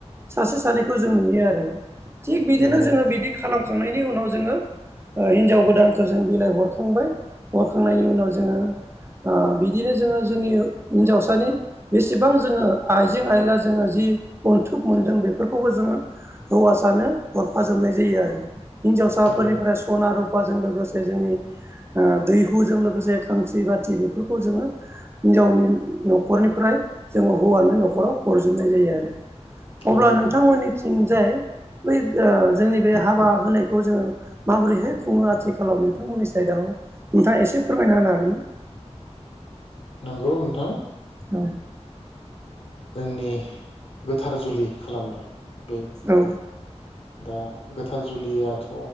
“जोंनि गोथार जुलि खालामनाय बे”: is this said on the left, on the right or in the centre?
Left